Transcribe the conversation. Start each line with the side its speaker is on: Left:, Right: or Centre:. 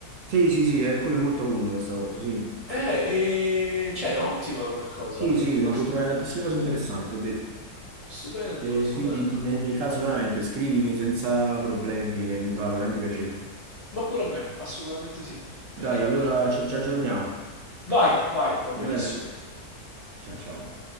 Right: sì, sì, sì, eh, quello è molto comune questa cosa, sì.
Left: Eh, e cioè, ottima come cosa,
Right: Sì, sì,
Left: eh,
Right: ma
Left: ti-
Right: puoi trovare tantissime cose interessanti, ho detto.
Left: stupendo,
Right: Eh,
Left: stupendo.
Right: quindi ne- nel caso veramente scrivimi senza problemi e mi fa veramente piacere.
Left: Ma pure a me, assolutamente sì,
Right: Dai,
Left: perché no?
Right: allora ci ci aggiorniamo.
Left: Vai, vai, va benissimo.
Right: Va bene? Ciao ciao.